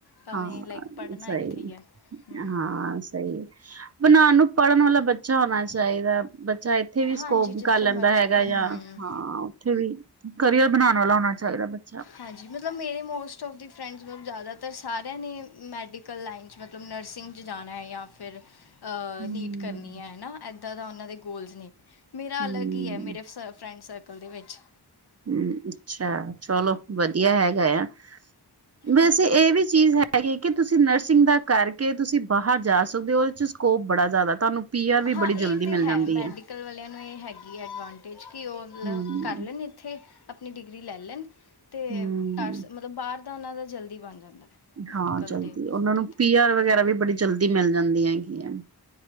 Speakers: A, on the left; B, on the right.
A: ਭਾਵੇਂ
B: ਹਾਂ
A: ਲਾਈਕ ਪੜ੍ਹਨਾ
B: ਸਹੀ
A: ਇੱਥੇ ਹੀ ਹੈ ਹਮ
B: ਹਾਂ ਸਹੀ ਬਣਾਉਣ ਨੂੰ ਪੜ੍ਹਨ ਵਾਲਾ ਬੱਚਾ ਹੋਣਾ ਚਾਹੀਦਾ ਚਾ ਇੱਥੇ ਵੀ ਸਕੋਪ
A: ਹਾਂਜੀ ਜਿੱਥੇ
B: ਕਰ ਲੈਂਦਾ
A: ਮਰਜ਼ੀ
B: ਹੈਗਾ ਜਾਂ
A: ਹਮ
B: ਹਾਂ ਉੱਥੇ ਵੀ ਕਰੀਅਰ ਬਣਾਉਣ ਵਾਲਾ ਹੋਣਾ ਚਾਹੀਦਾ ਬਚਾ
A: ਹਾਂਜੀ ਮਤਲਬ ਮੇਰੇ ਮੋਸਟ ਉਫ ਦੀ ਫਰੈਂਡ ਮਤਲਬ ਜ਼ਿਆਦਾਤਰ ਸਾਰੇ ਮੈਡੀਕਲ ਲਾਈਨ ਚ ਮਤਲਬ ਨਰਸਿੰਗ ਚ ਜਾਣਾ ਹੈ ਜਾਂ ਫਿਰ
B: ਹੂੰ,
A: ਨੀਟ ਕਰਨੀ ਹੈ ਹੈ ਨਾ ਐ ਇੱਦਾਂ ਦਾ ਉਹਨਾਂ ਦੇ ਗੋਲਜ ਨੇ ਮੇਰਾ
B: ਹੂੰ,
A: ਅਲੱਗ ਹੀ ਹੈ ਮੇਰੇ ਫਰੈਂਡ ਸਰਕਲ ਦੇ ਵਿੱਚ
B: ਹੂੰ ਅੱਛਾ ਚਲੋ ਵਧੀਆ ਹੈਗਾ ਆ ਵੈਸੇ
A: ਹਾਂਜੀ
B: ਇਹ ਵੀ ਚੀਜ਼ ਹੈਗੀ ਕਿ ਤੁਸੀਂ ਨਰਸਿੰਗ ਦਾ ਕਰਕੇ ਤੁਸੀਂ ਬਾਹਰ ਜਾ ਸਕਦੇ ਹੋ। ਉਹਦੇ ਚ ਸਕੋਪ ਬੜਾ ਜ਼ਿਆਦਾ ਤੁਹਾਨੂੰ ਪੀ ਆਰ ਵੀ
A: ਹਾਂ
B: ਬੜੀ
A: ਇਹ
B: ਜਲਦੀ
A: ਤਾਂ
B: ਮਿਲ
A: ਹੈ
B: ਜਾਂਦੀ
A: ਮੈਡੀਕਲ ਵਾਲਿਆਂ ਨੂੰ ਇਹ ਹੈਗੀ ਹੈ ਐਡਵਾਂਟੇਜ ਕਿ ਉਹ ਮਤਲਬ
B: ਹਮ
A: ਕਰ ਲੈਣ ਇੱਥੇ ਆਪਣੀ ਡਿਗਰੀ ਲੈ ਲੈਣ ਤੇ
B: ਹਮ
A: ਟਰਸ ਮਤਲਬ ਬਾਹਰ ਤਾਂ ਉਹਨਾਂ ਦਾ ਜਲਦੀ ਬਣ ਜਾਂਦਾ ਮੈਡੀਕਲ
B: ਹਾਂ ਜਲਦੀ
A: ਦੇ
B: ਉਹਨਾਂ
A: ਉਹਦੇ
B: ਨੂੰ
A: ਤੇ
B: ਪੀ ਆਰ ਵਗੈਰਾ ਵੀ ਬੜੀ ਜਲਦੀ ਮਿਲ ਜਾਂਦੀ ਹੈਗੀ ਆ